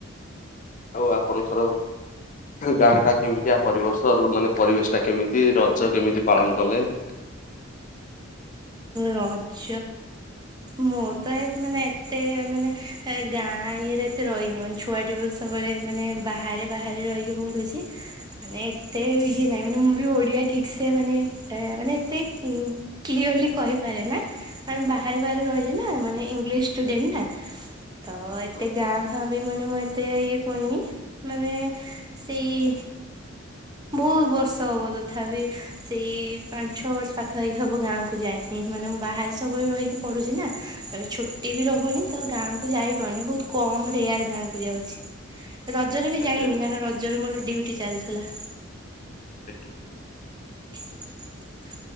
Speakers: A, on the left (about 40°); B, on the right (about 20°).
A: ଆଉ ଆପଣଙ୍କର ଗାଁ ଟା କେମିତିଆ ପରିବେଶ ମାନେ ପରିବେଶ ଟା କେମିତି ରଜ କେମିତି ପାଳନ କଲେ? <inaudible>
B: ରଜ ମୁଁ ତ ଏ ମାନେ ଏତେ ମାନେ ଏ ଗାଁ ଇଏରେ ଏତେ ରହିନି ମାନେ ଛୁଆଟି ସବୁବେଳେ ମାନେ ବାହାରେ ବାହାରେ ରହିକି ପଢୁଛି। ମାନେ ଏତେ ଇଏ ନାହିଁ ମାନେ ମୁଁ ବି ଓଡ଼ିଆ ଠିକ୍ ସେ ମାନେ ମାନେ ଏତେ କ୍ଲିୟର ଲି କହିପାରେ ନା ମାନେ ବାହାରେ ବାହାରେ ରହିଲି ନା ମାନେ ଇଂଲିସ୍ ଷ୍ଟୁଡେଣ୍ଟ୍ ନା। ତ ଏତେ
A: ହଁ,
B: ଗାଁ ଫା ମାନେ ମୁଁ ଏତେ ଇଏ କରିନି ମାନେ ସେଇ ବହୁତ୍ ବର୍ଷ ହବ ତଥାପି ସେଇ ପାଞ୍ଚ ଛଅ ବର୍ଷ ପାଖାପାଖି ହବ ଗାଁ କୁ ଯାଇନି। ମାନେ ମୁଁ ବାହାରେ ସବୁବେଳେ ରହିକି ପଢୁଛି ନା ଛୁଟି ବି ରହୁନି ତ ଗାଁକୁୁ ଯାଇପାରୁନି ବହୁତ୍ କ କମ ରେୟାର୍ ଗାଁକୁ ଯାଉଛି।
A: <inaudible>
B: ରଜରେ ବି ଯାଇନି
A: ଆଜ୍ଞା ଆଜ୍ଞା।
B: କାରଣ ରଜରେ ମୋର ଡ୍ୟୁଟି ଚାଲିଥିଲା।
A: <unintelligible>
B: <unintelligible>